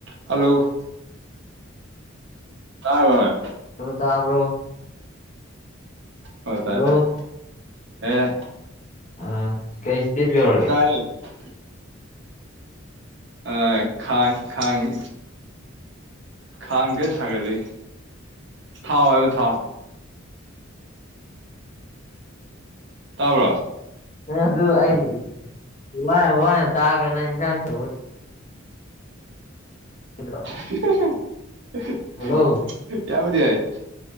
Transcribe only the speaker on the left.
ꯑꯗꯨ ꯇꯥꯕ꯭ꯔꯣ
ꯍꯜꯂꯣ
ꯑ ꯀꯩ ꯁ꯭ꯇꯤꯕ ꯌꯧꯔꯒꯦ
ꯑꯦ ꯑꯗꯨ ꯑꯩ ꯋꯥ ꯋꯥꯅ ꯇꯥꯛꯑꯒꯅ ꯏꯟꯁꯥꯡ ꯊꯦꯡꯕ <unintelligible>
ꯍꯜꯂꯣ